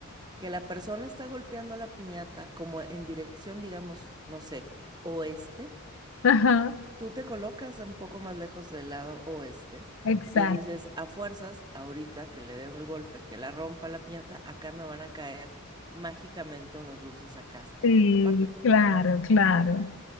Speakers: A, on the right; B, on the left.
A: que la persona está golpeando la piñata como en dirección, digamos, no sé, oeste,
B: ajá,
A: tú te colocas un poco más lejos del lado oeste
B: exacto,
A: y entonces a fuerzas, ahorita que le den el golpe, que la rompa la piñata, acá me van a caer mágicamente unos dulces acá hasta
B: sí,
A: esta parte.
B: claro, claro.